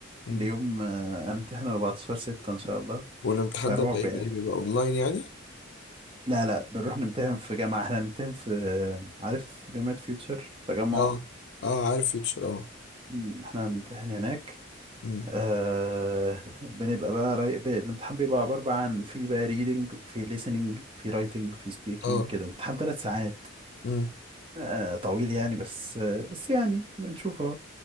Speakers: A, on the left (about 55°); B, on the right (about 25°).
A: امم
B: ليوم آه، انا امتحن 14 6 ان شاء الله
A: والامتحان
B: فرعب
A: ده بقى ايه
B: يعني
A: بقى ايه بيبقى اونلاين يعني
B: لا لا بنروح نمتحن في جامعة احنا هنمتحن في عارف جامعة فيوتشر تجمع
A: اه اه عارف فيوتشر اه
B: مم. احنا هنمتحن هناك
A: امم
B: آه بنبقى بقى راي... ب- الامتحان بيبقى عبارة بقى عن في بقى ريدنج في listening في رايتنج في سبيكينج
A: اه
B: كده امتحان ثلاث ساعات
A: امم
B: آه طويل يعني بس آه بس يعني بنشوفها